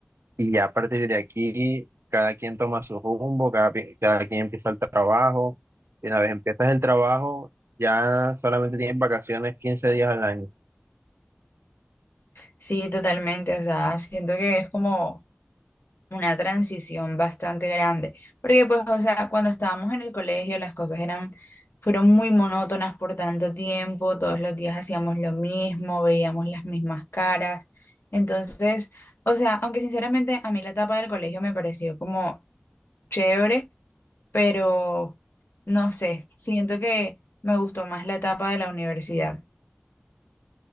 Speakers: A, on the right; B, on the left.
A: Y ya a partir de aquí, cada quien toma su rumbo, cada, pi- cada quien empieza el trabajo, y una vez empiezas el trabajo, ya solamente tienes vacaciones 15 días al año.
B: Sí, totalmente, o sea, siento que es como una transición bastante grande, porque pues, o sea, cuando estábamos en el colegio las cosas eran, fueron muy monótonas por tanto tiempo, todos los días hacíamos lo mismo, veíamos las mismas caras, entonces, o sea, aunque sinceramente a mí la etapa del colegio me pareció como chévere, pero no sé, siento que me gustó más la etapa de la universidad.